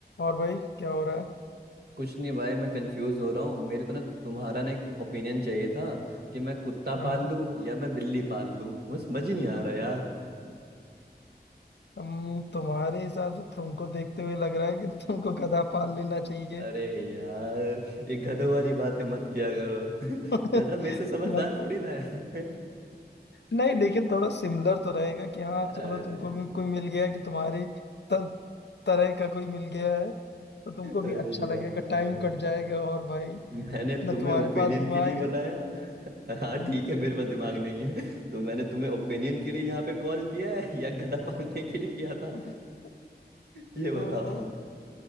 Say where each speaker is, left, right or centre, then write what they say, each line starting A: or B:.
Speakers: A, on the left (about 90°); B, on the right (about 65°).
A: और भाई क्या हो रहा है
B: कुछ नहीं भाई मैं कंफ्यूज हो रहा हूँ मेरे को ना तुम्हारा ना एक ओपिनियन चाहिए था कि मैं कुत्ता
A: हाँ
B: पाल
A: हाँ
B: लूँ या मैं बिल्ली पाल लूँ मुझे समझ ही नहीं आ रहा यार
A: हम तुम्हारे हिसाब से तुमको देखते हुए लग रहा है कि तुमको गधा पाल लेना चाहिए
B: अरे यार ये गधों वाली बातें मत किया करो <laughs>
A: <laughs>
B: गधा मेरे से समझदार
A: मतलब
B: थोड़ी ना है <laughs>
A: नहीं लेकिन थोड़ा सिमिलर तो रहेगा कि हाँ
B: अरे
A: चलो तुमको भी कोई मिल गया कि तुम्हारी त, तरह का कोई मिल गया है तो तुमको भी
B: अरे
A: अच्छा लगेगा
B: यार
A: टाइम कट जाएगा और भाई
B: मैंने तुम्हें
A: ना तुम्हारे
B: ओपिनियन
A: पास दिमाग
B: के लिए बुलाया
A: है
B: हाँ
A: हाँ।
B: ठीक है मेरे पास दिमाग नहीं है तो मैंने तुम्हें ओपिनियन के लिए यहाँ पे कॉल किया है <laughs> या गधा पालने के लिए किया था
A: <laughs>
B: ये बताओ
A: तो
B: <laughs>